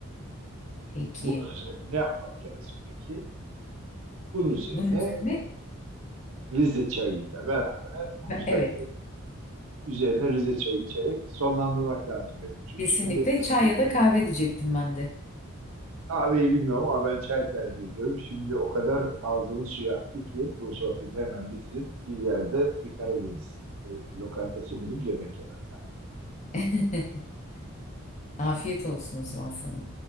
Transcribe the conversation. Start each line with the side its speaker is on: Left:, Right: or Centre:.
Left: Peki
Right: Bunun üzerine ne yapmak lazım peki? Bunun üzerine
Left: bunun üzerine
Right: Rize çayıyla beraber bu
Left: Ben-
Right: güzelliği
Left: evet
Right: üzerine Rize çayı içerek sonlandırmak lazım Ebru'cum.
Left: kesinlikle
Right: Şimdi önce
Left: çay ya da kahve diyecektim ben de.
Right: kahveyi bilmiyorum ama ben çay tercih ediyorum. Şimdi o kadar ağzımın suyu aktı ki bu sohbeti hemen bitirip bir yerde bir Karadeniz e, lokantası bulup yemek yemem lazım.
Left: <laughs> Afiyet olsun o zaman sana.